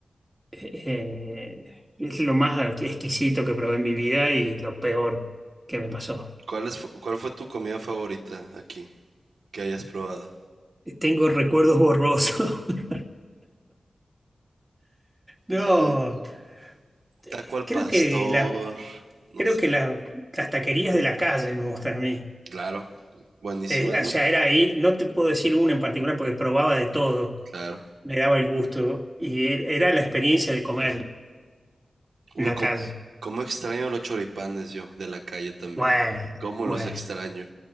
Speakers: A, on the right; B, on the right.
A: eh, es lo más exquisito que probé en mi vida y lo peor que me pasó.
B: ¿Cuál es, fu- cuál fue tu comida favorita aquí que hayas probado?
A: Tengo recuerdos borrosos. <laughs> No,
B: Ay, Dios.
A: eh,
B: Taco al
A: creo
B: pastor.
A: que la,
B: No
A: creo
B: sé.
A: que la- las taquerías de la calle me gustan a mí.
B: Claro. Buenísimas,
A: Eh,
B: ¿no?
A: o sea, era ahí no te puedo decir una en particular porque probaba de todo,
B: Claro.
A: me daba el gusto y er- era la experiencia de comer
B: Uy,
A: en la
B: cómo,
A: calle.
B: cómo extraño los choripanes yo, de la calle también.
A: Bueno,
B: Cómo
A: bueno.
B: los extraño.